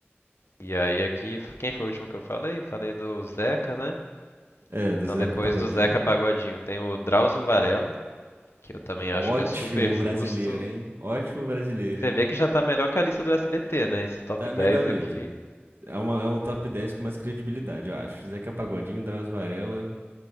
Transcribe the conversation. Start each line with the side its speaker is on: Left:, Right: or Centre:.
Left: E aí aqui, quem foi o último que eu falei? Falei do Zeca, né?
Right: É, do
Left: Então
Right: Zeca
Left: depois
Right: Pagodinho.
Left: do Zeca Pagodinho tem o Drauzio Varela, que eu também
Right: Ótimo
Left: acho que é super justo,
Right: brasileiro, hein? Ótimo brasileiro,
Left: Você
Right: hein?
Left: vê que já tá melhor que a lista do SBT, né? Esse top
Right: Tá
Left: 10
Right: melhor
Left: aqui.
Right: mesmo. É, uma, é um top 10 com mais credibilidade, eu acho. Zeca Pagodinho, Drauzio Varela.